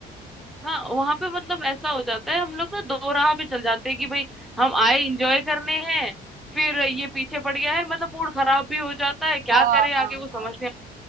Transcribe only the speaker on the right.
हाँ
हाँ
हाँ